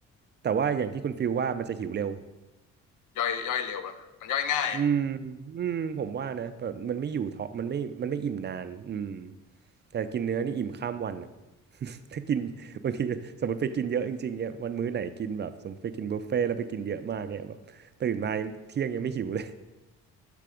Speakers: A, on the right; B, on the left.
A: แต่ว่าอย่างที่คุณฟิลว่ามันจะหิวเร็ว
B: ย่อยย่อยเร็วอะมันย่อยง่ายอะ
A: อืมอืมผมว่านะแบบมันไม่อยู่ท้องมันไม่มันไม่อิ่มนานอืมแต่กินเนื้อนี่อิ่มข้ามวันอ่ะ <laughs> ถ้ากินบางทีสมมติไปกินเยอะจริงๆเนี่ยวันมื้อไหนกินแบบสมมติไปกินบุฟเฟ่ต์แล้วไปกินเยอะมากเนี่ยแบบตื่นมายังเที่ยงยังไม่หิวเลย